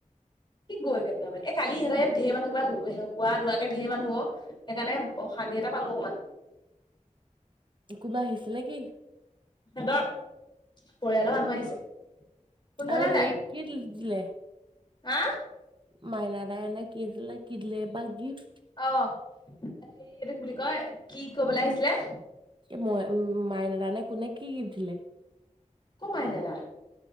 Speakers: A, on the left; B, on the right.
A: কি গৈ কেনেকুৱা ব এ কালি সহঁতে ইয়াত ঢেৰ মানুহ কিবা হোৱা ৰোৱাকে ঢেৰ মানুহ হ সেইকাৰণে শান্তি এটা পালো অকমান
B: কোনোবা আহিছিল নেকি?
A: সিহঁতৰ পৰিয়ালৰ মানুহ আহিছে। কোনফালে
B: আৰু হেৰি
A: যায়
B: কি দিলে
A: হা
B: মাইনাদায় নে কি আছিলে কি দলে বা গিফ।
A: অ হেৰি এইটো কি বুলি কয় কি কবলৈ আহিছিলে
B: মই মাইনাডানে কোনে কি গিফ্ট দিলে?
A: কৌ মাইনা দা